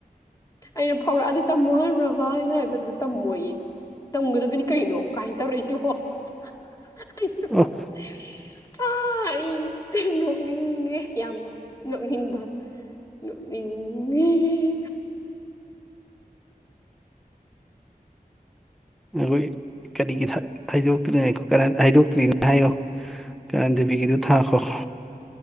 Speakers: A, on the left (about 20°); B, in the centre.
A: ꯑꯩꯅ ꯐꯥꯎꯔꯛꯑꯗꯤ ꯇꯝꯃꯣ ꯍꯥꯏꯔꯤꯕꯔꯥꯕ ꯍꯥꯏꯅ ꯍꯥꯏꯕꯗꯨꯒ ꯇꯝꯃꯣꯌꯦ ꯇꯝꯒꯗꯕꯅꯤ ꯀꯩꯅꯣ ꯀꯥꯏꯅ ꯇꯧꯔꯛꯏꯁꯤꯕꯣ <unintelligible> <unintelligible>
B: ꯑꯣꯐ
A: <unintelligible> ꯑ ꯑꯩ ꯅꯣꯛꯅꯤꯡꯉꯦ ꯌꯥꯝꯅ ꯅꯣꯛꯅꯤꯡꯕ ꯅ‌ꯣꯛꯅꯤꯡꯉꯤꯉꯤ
B: ꯅꯣꯏ ꯀꯔꯤꯒꯤ ꯍꯥꯏꯗꯣꯛꯇ꯭ꯔꯤꯅ ꯍꯥꯏꯗꯣꯛꯇ꯭ꯔꯤꯅꯣ ꯍꯥꯏꯌꯣ ꯀꯔꯟ ꯗ‌ꯦꯕꯤꯒꯤꯗ‌ꯣ ꯊꯥꯈꯣ